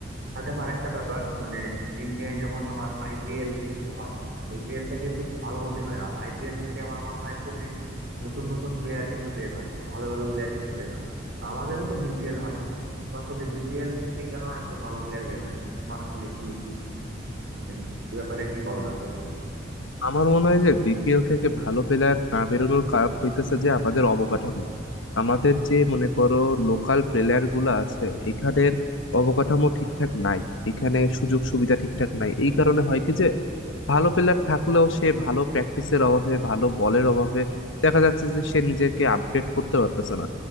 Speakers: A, on the right (about 60°); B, on the left (about 75°).
A: আর দেখো আরেকটা ব্যাপার মানে ইন্ডিয়ায় যেমন তোমার আইপিএল যে হয় আইপিএলটা কিন্তু খুব ভালো মতোই হয় আর আইপিএল থেকে আমার মনে হয় খুবই নতুন নতুন প্লেয়ার কিন্তু বের হয় বা ভালো ভালো প্লেয়ার কিন্তু বের হয় তো আমাদেরও তো বিপিএল হয় তো আসলে বিপিএল থেকে কেন এত ভালো প্লেয়ার বের হয় না তোমার আসলে কি মানে, এই ব্যাপারে কি বলার আছে বলো তো?
B: আমার মনে হয় যে বিপিএল থেকে ভালো প্লেয়ার না বেরোনোর কারণ হইতেছে যে আমাদের অবকাঠামো আমাদের যে মনে করো লোকাল প্লেয়ার গুলো আছে এখানের অবকাঠামো ঠিকঠাক নাই এখানে সুযোগ সুবিধা ঠিকঠাক নাই এই কারণে হয় কি যে ভালো প্লেয়ার থাকলেও সে ভালো প্র্যাকটিসের অভাবে ভালো বলের অভাবে দেখা যাচ্ছে যে সে নিজেকে আপডেট করতে পারতেছে না